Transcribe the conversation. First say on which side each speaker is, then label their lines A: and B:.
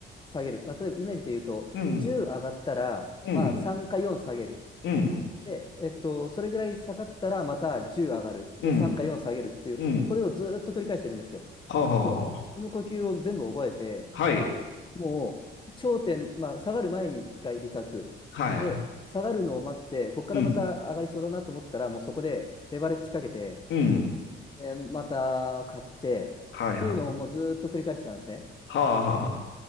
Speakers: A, on the left (about 25°); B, on the left (about 70°).
A: 下げる。まあ、例えばイメージで言うと、
B: うん。
A: 10上がったら、
B: うん。
A: まあ、3か4下げる。
B: うん。
A: で、えっと、それぐらい下がったらまた10上がる。で、
B: うん。
A: 3か4下げるっていう、
B: うん。
A: これをずーっと繰り返してるんですよ。
B: はあはあはあ。
A: もう、その呼吸を全部覚えて、
B: はい。
A: もう、頂点、まあ、下がる前に1回利確。
B: はい。
A: で、下がるのを待って、ここからまた上がりそうだなと思ったら、
B: うん。
A: もうそこでレバレッジかけて、
B: うん。
A: で、また買ってっていうのをもうずーっと繰り返してたんですね。
B: はいはい。はあはあは